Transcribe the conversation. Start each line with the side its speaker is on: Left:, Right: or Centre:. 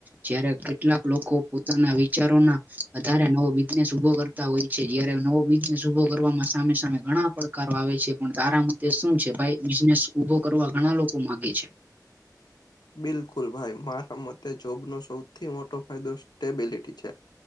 Right: જયારે કેટલાક લોકો પોતાના વિચારોના આધારે નવો બિઝનેસ ઊભો કરતા હોય છે જયારે નવો બિ બિઝનેસ ઉભો કરવામાં સામે સામે ઘણા પડકારો આવે છે પણ તારા મતે શું છે ભાઈ બિઝનેસ? ઊભો કરવા ઘણા લોકો માંગે છે.
Left: બિલકુલ ભાઈ મારા મતે જોબનો સૌથી મોટો ફાયદો સ્ટેબિલિટી છે.